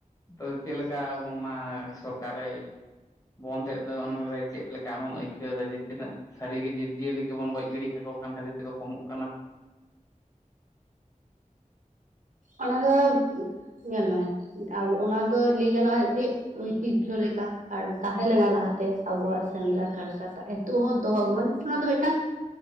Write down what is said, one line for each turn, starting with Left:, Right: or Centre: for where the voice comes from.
Left: ᱛᱚ ᱪᱮᱫᱞᱮᱠᱟ ᱟᱵᱚ ᱢᱟ ᱥᱚᱵ ᱚᱠᱟᱨᱮ? ᱵᱚᱸᱫᱮᱜ ᱫᱚ ᱚᱱᱟᱨᱮ ᱪᱮᱫ ᱞᱮᱠᱟ ᱟᱢᱮᱢ ᱟᱹᱭᱠᱟᱹᱣ ᱮᱫᱟ? ᱡᱮ, ᱛᱤᱱᱟᱹᱜ ᱥᱟᱹᱨᱤ ᱡᱤᱵ ᱡᱤᱭᱟᱹᱞᱤ ᱜᱮᱵᱚᱱ ᱜᱚᱡ ᱜᱤᱰᱤ ᱠᱟᱠᱚ ᱠᱟᱱ ᱠᱷᱟᱹᱛᱤᱨ ᱛᱮᱠᱚ ᱠᱚᱢᱚᱜ ᱠᱟᱱᱟ ᱾
Right: ᱚᱱᱟ ᱫᱚ ᱧᱮᱞ ᱢᱮ, ᱟᱵᱚ ᱚᱱᱟ ᱫᱚ ᱞᱟᱹᱭ ᱜᱟᱱᱚᱜᱼᱟ ᱢᱤᱫᱴᱤᱡ ᱩᱭᱛᱤᱡᱚ ᱞᱮᱠᱟ ᱟᱨ ᱛᱟᱦᱮᱸ ᱞᱮᱱᱟ ᱞᱟᱦᱟᱛᱮ ᱟᱵᱚᱣᱟᱜ ᱥᱮᱸᱫᱽᱨᱟ ᱾ ᱠᱟᱨᱠᱟᱛᱟ ᱮᱛᱚ ᱦᱚᱸ ᱫᱚᱦᱚ ᱟᱹᱜᱩ ᱢᱟᱱᱮ ᱚᱱᱟ ᱫᱚ ᱢᱤᱫᱴᱟᱝ